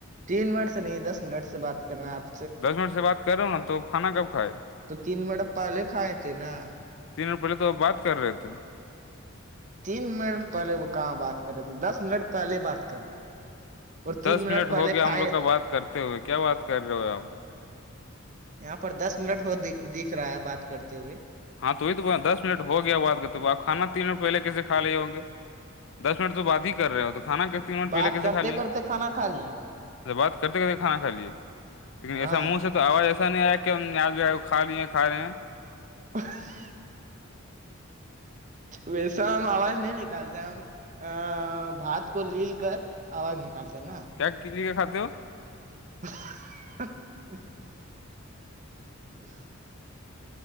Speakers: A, on the right; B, on the left.
A: تین منٹ سے نہیں دس منٹ سے بات کر رہے ہیں آپ
B: دس منٹ سے بات کر رہے ہو نا تو آپ کھانا کب کھائے
A: تو تین منٹ پہلے کھائے تھ نا
B: تین دن پہلے تو اب بات کر رہے تھے
A: تین منٹ پہلے وہ کہاں بات کر رہے تھے دس منٹ پہلے بات کر رہے اور تین
B: دس
A: منٹ پہلے
B: ہو گیا
A: کھائے
B: ہم لوگ کا
A: تھے
B: بات کرتے ہوئے کیا بات کر رہے ہو آپ
A: یہاں پر دس منٹ ہو دکھ رہا ہے بات کرتے ہوئے
B: ہاں توی تو دس منٹ ہو گیا بات کر تو آپھانا تین منٹ پہل کیسےھا لے ہوں گے دس منٹ تو بعد ہی کر رہے ہو تو کھانا ک تین منٹ پہلے
A: بات
B: کیسے
A: کرتے
B: کھا لیے
A: کرتے کھانا کھا لیے
B: ار بات کرتے کرتے کانا کھا لیے لیکن
A: ہاں
B: ایسا منہ سے توواز ایسا نہیں آیا کہ ہم یہاں جو ہے کھا لیے ہیں کھا رہے ہیں
A: <inaudible> ویسا ہم آواز نہیں نکالتے ہم آآ بات کو لیل کر آواز نکالتے نا
B: کیا کتنے کا کھے ہو
A: <inaudible> <inaudible>